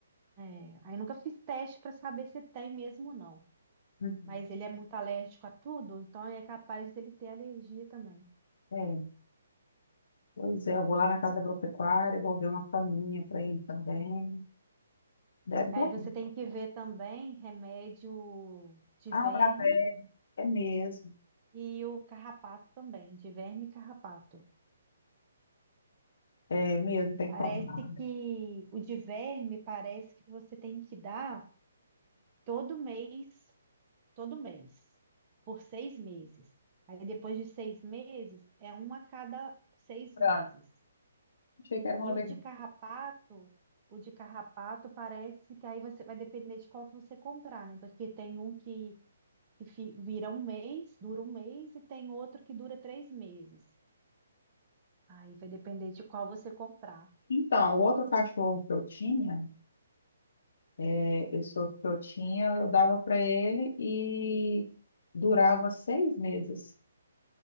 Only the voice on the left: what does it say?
Uhum.
É, pois é, eu vou lá na casa agropecuária, vou ver uma faminha para ele também. Deve
dar.
Ah,
pra É mesmo,
é mesmo, tem
que comprar.
Pra-
Achei que era uma
vez.
Então, o outro cachorro que eu tinha, é, esse outro que eu tinha, eu dava para ele e durava seis meses.